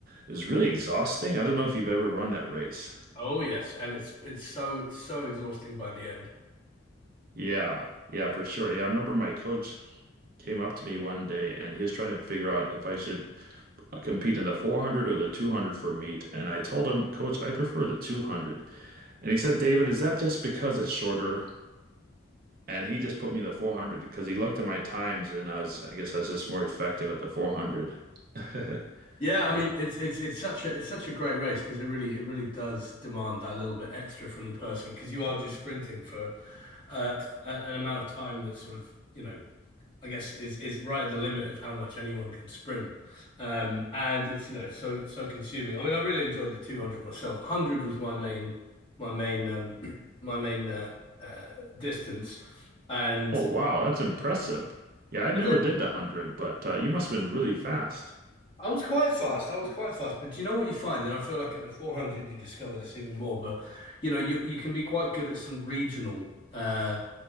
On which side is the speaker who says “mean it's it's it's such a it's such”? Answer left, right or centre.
Left